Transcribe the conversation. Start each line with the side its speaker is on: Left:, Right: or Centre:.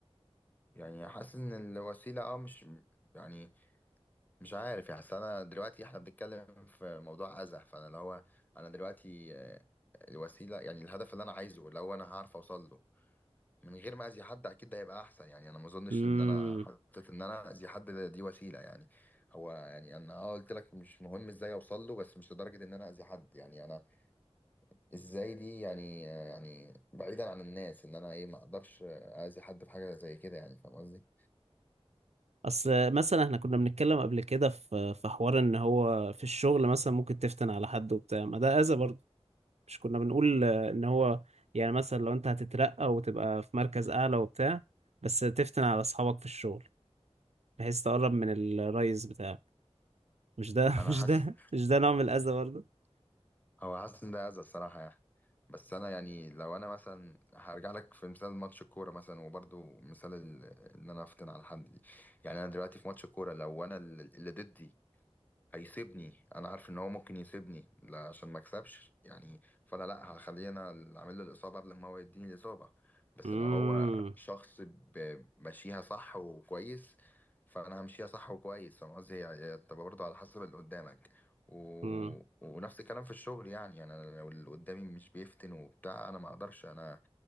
Left: يعني حاسس ان الوسيله اه مش يعني مش عارف يعني أصل انا دلوقتي احنا بنتكلم في موضوع اذى فانا اللي هو انا دلوقتي آه، الوسيله يعني الهدف اللي انا عايزه اللي هو انا هعرف اوصل له من غير ما اذي حد اكيد ده هيبقى احسن يعني انا ما اظنش
Right: مم.
Left: ان انا حطيت ان انا اذي حد ده- دي وسيله يعني هو يعني انا اه قلت لك مش مهم ازاي اوصل له بس مش لدرجه ان انا اذي حد يعني انا ازاي دي يعني يعني بعيدا عن الناس ان انا ايه ما اقدرش اذي حد في حاجه زي كده يعني فاهم قصدي
Right: اصل مثلا احنا كنا بنتكلم قبل كده في في حوار ان هو في الشغل مثلا ممكن تفتن على حد وبتاع ما ده اذى برضه مش كنا بنقول آه، ان هو يعني مثلا لو انت هتترقى وتبقى في مركز اعلى وبتاع بس تفتن على اصحابك في الشغل بحيث تقرب من الريس بتاعك مش ده
Left: انا
Right: <laughs> مش
Left: حاسس
Right: ده مش ده نوع من الاذى برضه
Left: او حاسس ان ده اذى الصراحه يعني بس انا يعني لو انا مثلا هرجع لك في مثال ماتش الكوره مثلا وبرضو مثال ال- ان انا افتن على حد دي يعني انا دلوقتي في ماتش الكوره لو انا اللي اللي ضدي هيسيبني انا عارف ان هو ممكن يسيبني لا عشان ما اكسبش يعني فانا لا هخليه انا اللي عامل له الاصابه قبل ما هو يديني الاصابه بس
Right: امم
Left: لو هو شخص ب- ماشيها صح وكويس فانا همشيها صح وكويس فاهم قصدي هي هي بتبقى برضه على حسب اللي قدامك و...
Right: امم
Left: ونفس الكلام في الشغل يعني يعني انا لو اللي قدامي مش بيفتن وبتاع انا ما اقدرش انا